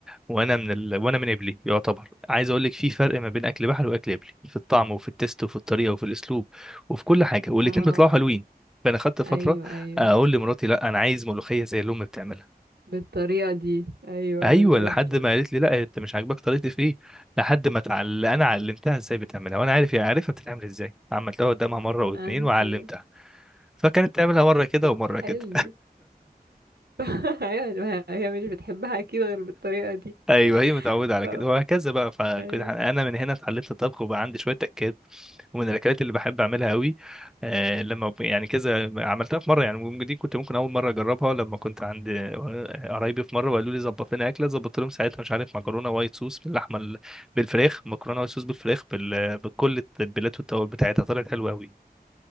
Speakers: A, in the centre; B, on the right.
A: وانا من ال... وانا من قبلي يعتبر عايز اقول لك في فرق ما بين اكل بحري واكل قبلي في الطعم وفي التست وفي الطريقه وفي الاسلوب وفي كل حاجه والاتنين
B: اه
A: بيطلعوا حلوين
B: آه.
A: فانا خدت فتره
B: ايوه ايوه
A: اقول لمراتي لا انا عايز ملوخيه زي اللي امي بتعملها
B: بالطريقه دي ايوه
A: ايوه
B: بالظبط
A: لحد ما قالت لي لا انت مش عاجباك طريقتي في ايه لحد ما تعل... انا علمتها ازاي بتعملها وانا عارف هي عارفها بتتعمل ازاي عملتها قدامها مره واثنين
B: ايوه
A: وعلمتها فكانت تعملها مره كده
B: طب
A: ومره
B: حلو
A: كده
B: <laughs> ايوه ما هي هي مش بتحبها اكيد غير بالطريقه دي
A: ايوه هي متعوده على
B: ف...
A: كده وهكذا بقى فكنت
B: أيوة.
A: انا من هنا اتعلمت الطبخ وبقى عندي شويه تكات ومن الاكلات اللي بحب اعملها قوي آه لما ب- يعني كذا عملتها في مره يعني ممكن- دي كنت ممكن اول مره اجربها لما كنت عند آه، قرايبي في مره وقالوا لي ظبط لنا اكله ظبطت لهم ساعتها مش عارف مكرونه وايت صوص باللحمه ال- بالفراخ مكرونه وايت صوص بالفراخ بال... بكل التتبيلات والتوابل بتاعتها طلعت حلوه قوي